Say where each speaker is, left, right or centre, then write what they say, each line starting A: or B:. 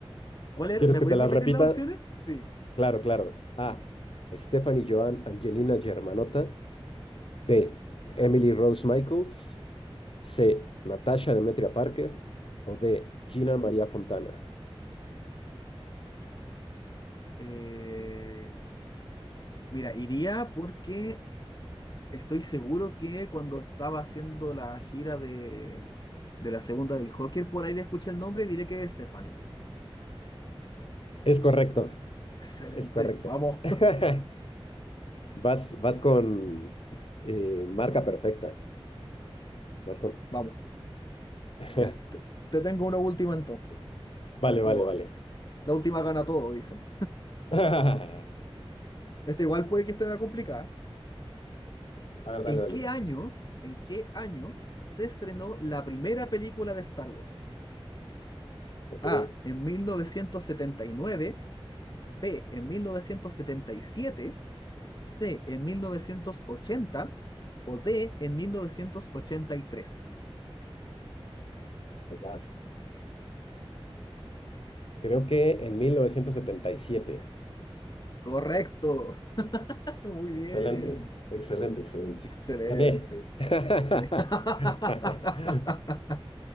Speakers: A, on the left; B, on the left.
A: ¿Cuál era?
B: ¿Quieres
A: ¿Me
B: que
A: podéis
B: te las
A: repetir
B: repita?
A: las opciones? sí,
B: Claro, claro. A. Stephanie Joan Angelina Germanotta. B.
A: Ya.
B: Emily Rose Michaels. C. Natasha Demetria Parker. O D. Gina María Fontana.
A: Eh, mira, iría porque estoy seguro que cuando estaba haciendo la gira de, de la segunda del Joker, por ahí le escuché el nombre y diré que es Stephanie.
B: Es correcto,
A: Excelente.
B: es correcto.
A: Vamos,
B: <laughs> Vas, vas con eh, marca perfecta. Vas con.
A: <laughs> vamos.
B: <laughs>
A: Ya. Te, te tengo una última entonces.
B: Vale,
A: A ver cómo
B: vale,
A: va.
B: vale.
A: La última gana todo, dicen.
B: <laughs> A
A: Este igual puede que esté más complicada.
B: ver, dale,
A: ¿En
B: dale.
A: qué año, en qué año se estrenó la primera película de Star Wars?
B: Ok,
A: A,
B: I
A: en 1979. B, en 1977. C, en 1980. o D, en mil novecientos ochenta y tres.
B: got it. Creo que en 1977.
A: Correcto. <laughs> Muy bien.
B: Excelente, excelente, excelente.
A: Excelente.
B: Gané. <laughs>
A: Sí. <laughs>